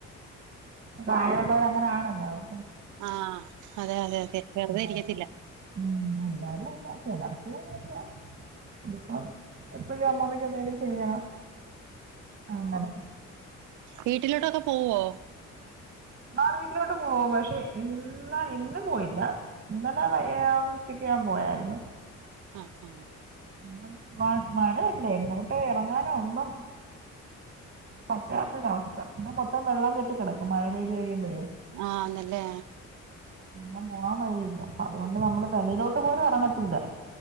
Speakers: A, on the right; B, on the right.
A: പ്രായമവർ അങ്ങനെ ആണല്ലോ അവർ
B: ആഹ് അതെ അതെ അതെ വെറുതെ
A: എല്ലാരും
B: ഇരിക്കത്തില്ല
A: ഉം എല്ലാരും അല്ല ചിലർക്ക് നല്ലയ ഇത് ഇപ്പം എപ്പഴും അമ്മമ്മക്ക് എന്തെലും ചെയ്യണം അങ്ങനെ
B: വീട്ടിലോട്ടൊക്കെ പോവോ
A: ആഹ് വീട്ടിലോട്ട് പോവും പക്ഷെ ഇന്ന് ഇന്ന് പോയില്ല ഇന്നലെ വയ്യ ഉച്ചക്ക് ഞാൻ പോയായിരുന്നു
B: ആഹ് ഹ
A: ഉം മാ മഴയല്ലേ ഇങ്ങോട്ട് ഇറങ്ങാനോ ഒന്നും പറ്റാത്തൊരവസ്ഥ ഇവിടെ മൊത്തം വെള്ളം കെട്ടി കിടക്കും മഴ പെയ്ത് കഴുമ്പോഴേ
B: ആന്നല്ലേ
A: ഉം പോകാൻ വഴിയില്ല അതുകൊണ്ട് നമ്മള് വെളയിലോട്ട് പോലും എറങ്ങതില്ല